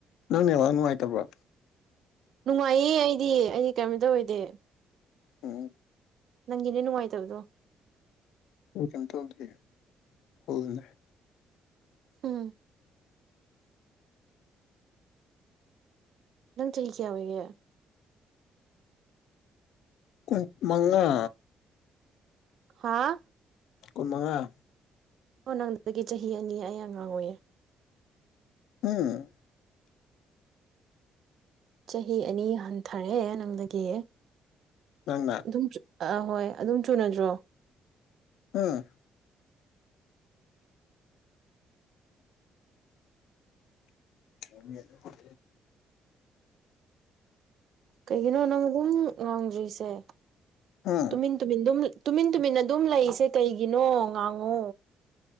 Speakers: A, on the left (about 80°); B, on the right (about 65°).
A: ꯅꯪ ꯅꯦꯋꯥꯛ ꯅꯨꯡꯉꯥꯏꯇꯕ꯭ꯔꯣ
B: ꯅꯨꯡꯉꯥꯏꯌꯦ ꯑꯩꯗꯤ ꯑꯩ ꯀꯩꯝꯇ ꯑꯣꯏꯗꯦ
A: ꯎꯝ
B: ꯅꯪꯒꯤꯅꯦ ꯅꯨꯡꯉꯥꯏꯇꯕꯗꯣ
A: ꯑꯩ ꯀꯩꯝ ꯇꯧꯗꯦ ꯐꯨꯜꯅꯦ <inaudible>
B: ꯎꯝ ꯅꯪ ꯆꯍꯤ ꯀꯌꯥ ꯑꯣꯏꯒꯦ
A: ꯀꯨꯟ ꯃꯉꯥ
B: ꯍꯥꯥ
A: ꯀꯨꯟꯃꯉꯥ
B: ꯑꯣ ꯅꯪꯗꯒꯤ ꯆꯍꯤ ꯑꯅꯤ ꯑꯩ ꯑꯉꯥꯡ ꯑꯣꯏꯌꯦ
A: ꯎꯝ
B: ꯆꯍꯤ ꯑꯅꯤ ꯍꯟꯊꯔꯦ ꯅꯪꯗꯒꯤ
A: ꯅꯪꯅ
B: ꯑꯗꯨꯝ ꯑꯥ ꯍꯣꯏ ꯑꯗꯨꯝ ꯆꯨꯅꯗ꯭ꯔꯣ
A: ꯎꯝ <inaudible>
B: ꯀꯩꯒꯤꯅꯣ ꯅꯪ ꯒꯨꯝ ꯉꯥꯡꯗ꯭ꯔꯤꯁꯦ
A: ꯎꯝ
B: ꯇꯨꯃꯤꯟ ꯇꯨꯃꯤꯟ ꯑꯗꯨꯝ ꯇꯨꯃꯤꯟ ꯇꯨꯃꯤꯟ ꯑꯗꯨꯝ ꯂꯩꯁꯦ ꯀꯩꯒꯤꯅꯣ ꯉꯥꯡꯉꯣ